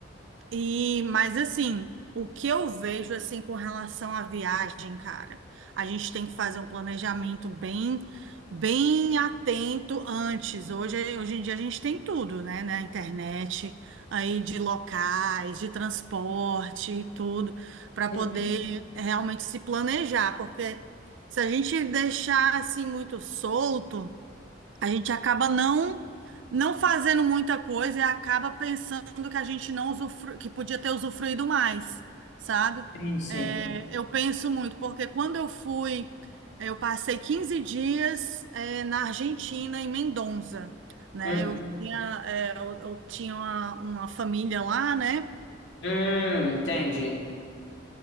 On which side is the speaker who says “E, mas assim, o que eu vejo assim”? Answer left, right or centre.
Right